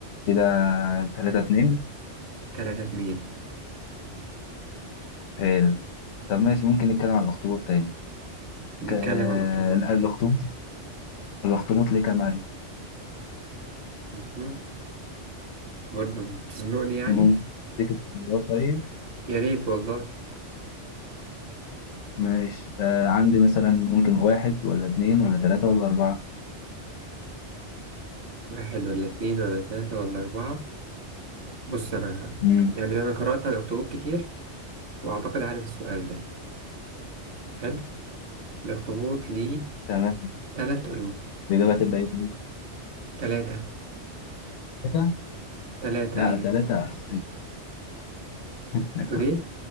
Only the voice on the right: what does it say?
تلاتة اتنين
نتكلم
عن الأخطبوط
مهم. برضه بتزنقني يعني
يا ريت والله
واحد ولا اتنين ولا تلاتة ولا أربعة بص أنا
يعني أنا قرأت عن الأخطبوط كتير وأعتقد عارف السؤال ده حلو الأخطبوط ليه
تلات قلوب
تلاتة
تلاتة
أيوة
تقول إيه؟